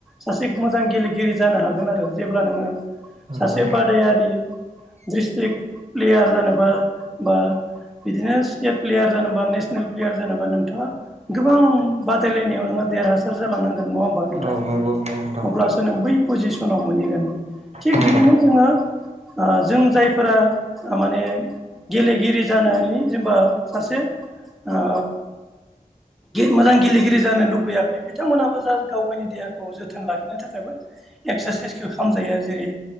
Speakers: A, in the centre; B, on the right (about 50°).
A: सासे मोजां गेलेगिरि जानो हागोन आरो जेब्ला नोङो
B: नंगौ
A: सासे बादायारि दिस्ट्रिक् प्लेयार जेनेबा बा बिदिनो स्टेट प्लेयार जानोबा नेसनेल प्लेयार जानोबा नोंथाङा गोबां बादायलायनायाव नोंङहा देरहासार जालांनांगोन नङा होमबा नोंथां?
B: औ नंगौ नंगौ नोंथां
A: अब्लासो नों बै पजिसनाव मोनहैगोन थिग
B: औ
A: बिदिनो जोङो जों जायफोरा माने गेलेगिरि जनि जेनबा सासे ओ मोजां गेलेगिरि जानो लुबैयाखै बिथांमोनहाबो जा गाव गावनि देहाखौ जोथोन लाखिनो थाखायबो एक्सारसाइसखौ खालामजायो जेरै